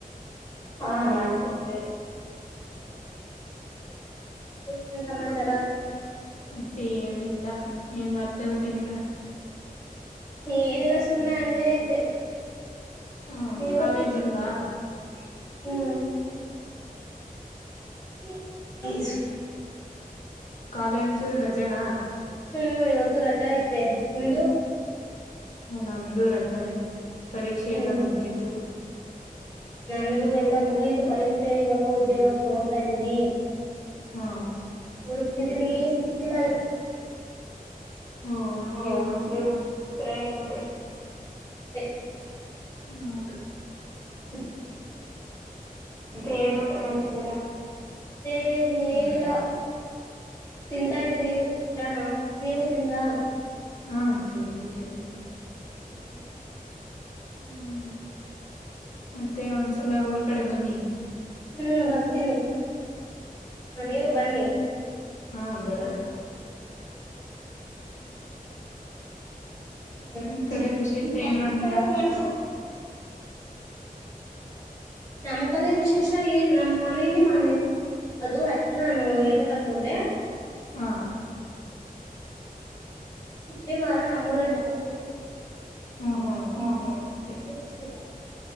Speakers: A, on the left; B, on the left.
A: ಹಾ ನಾನ್ ತಿಂದೆ. ಏನ್ ಸಮಾಚಾರ.
B: ಅಂತ ಏನಿಲ್ಲ. ಏನ್ ಮರ್ತೇ ಬಿಟ್ಟಿದೀರಾ.
A: ಏನಿಲ್ಲ ಸುಮ್ನೆ ಹಂಗೇ ಇದ್ದೆ.
B: ಹ್ಮ
A: ನೀ <inaudible>
B: ಕಾಲೇಜ್ ಇಲ್ವಾ
A: ಹ.
B: ಕಾಲೇಜು ರಜನಾ.
A: ಹ್ಮ್ ಇವತ್ತು ರಜಾ ಐತಿ ನಿಮ್ದು.
B: ನಮ್ದು ರಜನೆ ಪರೀಕ್ಷೆಯೆಲ್ಲ
A: ಹ್ಮ್
B: ಮುಗ್ದಿತು.
A: ನಂದು ಎಲ್ಲಾ ಮುಗೀತು ಪರೀಕ್ಷೆ ಇವಾಗ ಉದ್ಯೋಗಕ್ಕೆ ನೋಡ್ತಾ ಇದ್ದೀನಿ
B: ಹಾ.
A: ಹುಡಕ್ತಿದೀನಿ ಸಿಕ್ತಿಲ್ಲ.
B: ಹ್ಮ ಹಂಗೆ
A: ಹ್ಮ
B: ಹುಡ್ಕಿ
A: ಅ ಪ್ರಯತ್ನ ಪಡಿ. ಅಷ್ಟೇ. ನೂರ ಐವತ್ತದು
B: ಹಾ
A: ಇತ್ತ. ಹ್ಮ್. ಮತ್ತೆ ಏನ್ ಊಟ ಮಾಡ್ತಿದ್ದೀರಾ. ಏ ಏನಿಲ್ಲ ತಿಂತಾ ಇದ್ದೀನಿ ಚಿತ್ರನ್ನ ನೀವು ತಿಂದ್ರಾ.
B: ಹಾ ತಿಂಡಿ ತಿಂಡಿ.
A: ಹ್ಮ್.
B: ಹ್ಮ ಮತ್ತೆ ಒಂದ್ಸಲ ಊರ್ ಕಡೆ ಬನ್ನಿ.
A: ಹ್ಮ್ ಬರ್ತೀನಿ. ಹ ನೀವು ಬನ್ನಿ. <inaudible> <unintelligible>
B: ಹಾ ಬರದ ನಿಮ್ ಕಡೆ ವಿಶೇಷ ಏನ್ ಮಾಡ್ತೀರಾ
A: ನಮ್ಮ್ ಕಡೆ ವಿಶೇಷ ಏನ್ ನಮ್ಮ್ ಮನೇಲಿ ಮನೆ ಅದು ಆಕ್ಚುಲಿ ನಾನು ಹೇಳ್ಬೇಕ ಅನ್ಕೊಂಡೆ.
B: ಹಾ
A: ಮುಂದಿನ ವಾರ ನಮ್ಮೂರಲ್ಲಿ ಜಾತ್ರಿ ಇದೆ.
B: ಹ್ಮ್ ಹ್ಮ್
A: ಹ್ಮ ಹ್ಮ ಯಾರ್
B: ಅದೇ
A: ಯಾರ್ ಬರ್ತೀರಾ